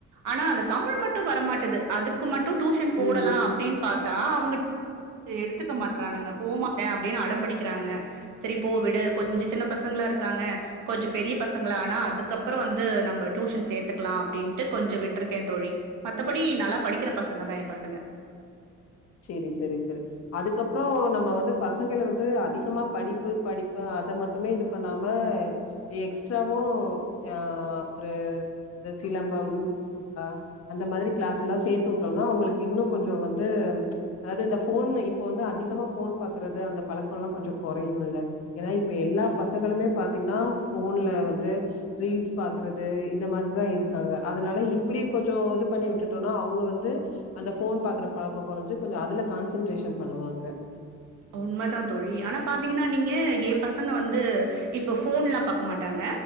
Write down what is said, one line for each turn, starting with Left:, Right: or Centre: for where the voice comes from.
Right: ஆனா அந்த தமிழ் மட்டு வரமாட்டது அதுக்கு மட்டு டியூஷன் போடலா
Left: ம்
Right: அப்படின் பாத்தா அவங்க எடுத்துக்க மாட்டுறானுங்க போமாட்டே அப்டினு அடம் பிடிக்கிறானுங்க செரி போ விடு கொஞ்ச சின்ன பசங்களா இருக்காங்க கொஞ்ச பெரிய பசங்களா ஆனா அதுக்கப்புற வந்து நம்ப டியூஷன் சேத்துக்கலா அப்டின்ட்டு கொஞ்ச விட்ருக்கே தோழி மத்தபடி நல்லா படிக்கிற பசங்கதா எ பசங்க
Left: செரி செரி செரி அதுக்கப்பறோ நம்ம வந்து பசங்கள வந்து அதிகமா படிப்பு படிப்பு அத மட்டுமே இது பண்ணாம எக்ஸ்ட்ராவு ஆ ஒரு இந்த சிலம்பம் அ அந்த மாதிரி க்ளாஸ்லா சேத்து உட்டோம்னா அவங்களுக்கு இன்னு கொஞ்சோ வந்து ம் அதாது இந்த ஃபோன் இப்ப வந்து அதிகமா ஃபோன் பாக்குறது அந்த பழக்கோல்லா கொஞ்சோ கொறையுல்ல ஏன்னா இப்ப எல்லா பசங்களுமே பாத்தீங்ன்னா ஃபோன்ல வந்து ரீல்ஸ் பாக்குறது இந்த மாதிரிதா இருக்காங்க அதனால இப்படி கொஞ்சோ இது பண்ணி விட்டுட்டோனா அவுங்க வந்து அந்த ஃபோன் பாக்குற பழக்கோ கொறஞ்சு கொஞ்சு அதுல கான்சன்ட்ரேஷன் பண்ணுவாங்க
Right: உண்மதா தோழி ஆனா பாத்தீங்கன்னா நீங்க எ பசங்க வந்து இப்ப ஃபோன்லா பாக்க மாட்டாங்க